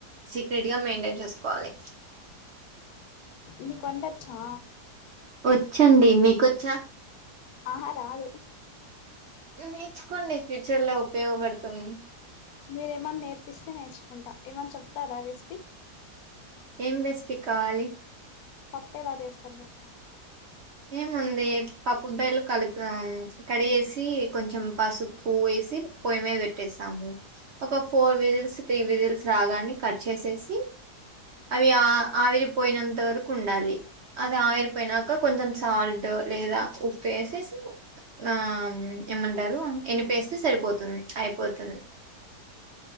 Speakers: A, on the right (about 60°); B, on the left (about 70°).
A: సీక్రెట్గా మెయింటైన్ చేసుకోవాలి
B: మీకు వండచ్చా
A: వచ్చండి మీకు ఒచ్చా
B: ఆహా రాదు
A: మీ చ్చుకోండి ఫ్యూచర్ లో ఉపయోగపడుతుంది
B: మీరేమన్న నేర్పిస్తే నేర్చుకుంటా ఏమన్న చెప్తారా రెసిపీ
A: ఏం రెసిపీ కావలి
B: పప్పు ఎలా చేస్తారు చెప్త
A: ఏముంది పప్పు బెల్ కలిపి ఆమ్ కడిగేసి కొంచం పసుపు వేసి పొయ్యి మీద పెట్టేస్తాము ఒక ఫోర్ విజిల్స్ త్రీ విజిల్స్ రాగానే కట్ చేసేసి అవి ఆ ఆవిరిపోయినంత వరకు ఉండాలి అది ఆవిరిపోయినాక కొంచం సాల్ట్ లేదా ఉప్పు వేసేసి ఆ ఏమంటారు ఎనిపేస్తే సరిపోత్ తుంది అయిపోతుంది